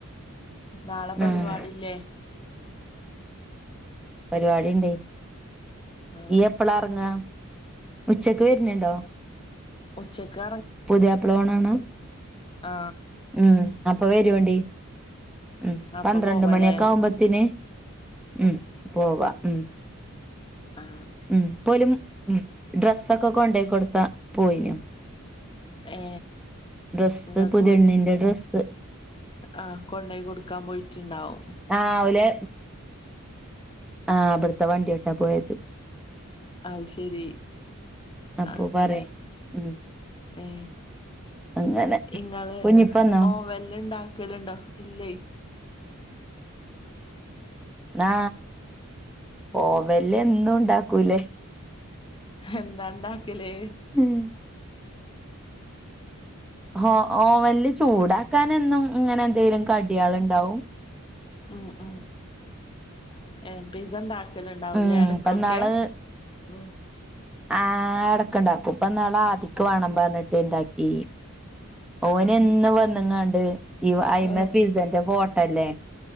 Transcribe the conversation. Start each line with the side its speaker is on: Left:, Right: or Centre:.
Left: നാളെ പരിപാടില്ലേ?
Centre: ആഹ് പരിപാടി ഇണ്ട്.
Left: ആഹ്
Centre: ഇയ്യ് എപ്പളാ അർങ്ങാ? ഉച്ചക്ക് വർഞ്ഞ്ണ്ടോ?
Left: ഉച്ചക്ക്
Centre: പുതിയാപ്പിള ഓണാണോ?
Left: ആ
Centre: ഉം അപ്പ വെരൊണ്ടി. ഉം.
Left: അപ്പൊ
Centre: പന്ത്രണ്ട്
Left: പോവാലേ
Centre: മണിയൊക്കെ ആവുമ്പത്തിന് ഉം പോവാം. ഉം.
Left: ആ
Centre: ഉം. പോലും ഡ്രസ്സൊക്കെ കൊണ്ടുപോയികൊടുത്താ പോയിനു.
Left: ഏ
Centre: ഡ്രസ്സ്
Left: ഇങ്ങൾക്ക്
Centre: പുതിയെണ്ണിന്റെ
Left: വിളി
Centre: ഡ്രസ്സ്
Left: ആ കൊണ്ടോയി കൊടുക്കാൻ പോയിട്ടുണ്ടാവും.
Centre: രാവിലെ ആ ഇവിടുത്തെ വണ്ടി യായിട്ടാ പോയത്.
Left: അത് ശരി
Centre: അപ്പൊ
Left: അങ്ങനെ
Centre: പറയ് ഉം
Left: ഏ
Centre: അങ്ങനെ
Left: ഇങ്ങള്
Centre: കുഞ്ഞിപ്പന്നോ
Left: ഓവൽല് ഇണ്ടാക്കലുണ്ടോ ഇല്ലേ?
Centre: ആ ഓവല്എന്തു താക്കൂലെ
Left: എന്താ ഇണ്ടാക്കല്
Centre: ഉം. ഓ ഓവൽല് ചൂടാക്കാൻ എന്നും ഇങ്ങനെ എന്തേലും കടിയാള് ഇണ്ടാവും.
Left: ഉം ഉംഏ പിസ ഉണ്ടാകല് ഉണ്ടാവൂല്ലേ
Centre: ഉം
Left: ഇടക്കൊക്കെ?
Centre: ഇപ്പന്നാള്
Left: ഉം
Centre: ആ ഇടക്ക്ണ്ടാക്കും. ഇപ്പ ന്നാളെ ആ ദിക്ക് വേണം പർഞ്ഞിട്ട് ഇണ്ടാക്കി. ഓന്
Left: ആഹ്
Centre: എന്നും വന്നുങ്ങാണ്ട് ഈ അയിമെ
Left: ആഹ്
Centre: പിസന്റെ ഫോട്ടോഇല്ലേ